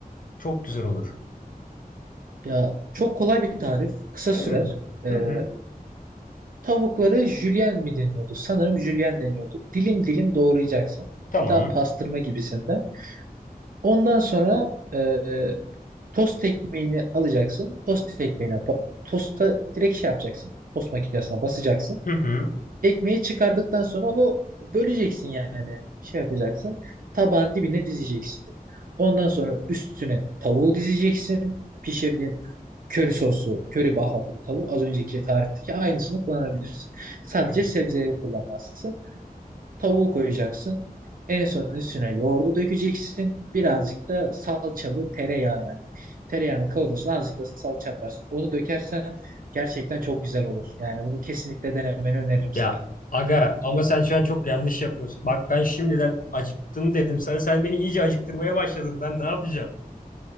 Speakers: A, on the left (about 60°); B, on the right (about 65°).
A: Çok güzel olur.
B: Ya çok kolay bir tarif. Kısa
A: Hmm,
B: sürer. Ee,
A: Hı hı.
B: tavukları jülyen mi deniyordu? Sanırım jülyen deniyordu. Dilim dilim doğrayacaksın.
A: Tamam.
B: Bir tık Daha pastırma gibisinden. Ondan sonra e, tost ekmeğini alacaksın. Tost ekmeğine ba- tosta direkt şey yapacaksın. Tost makinesine basacaksın.
A: Hı hı.
B: Ekmeği çıkardıktan sonra onu böleceksin yani. Şey yapacaksın. Tabağın dibine dizeceksin. Ondan sonra üstüne tavuğu dizeceksin. Pişirdiğin köri soslu, köri baharatlı tavuğu az önceki tarifteki aynısını kullanabilirsin. Sadece
A: Hı hı.
B: sebzeleri kullanmazsın. Tavuğu koyacaksın. En son üstüne yoğurdu dökeceksin. Birazcık da salçalı tereyağı yani. Tereyağını kavurursun, azıcık da salça atarsın. Onu dökersen gerçekten çok güzel olur. Yani bunu kesinlikle denemeni öneririm sana.
A: Ya aga ama sen şu an çok yanlış yapıyorsun. Bak ben şimdiden acıktım dedim sana. Sen beni iyice acıktırmaya başladın. Ben ne yapacağım?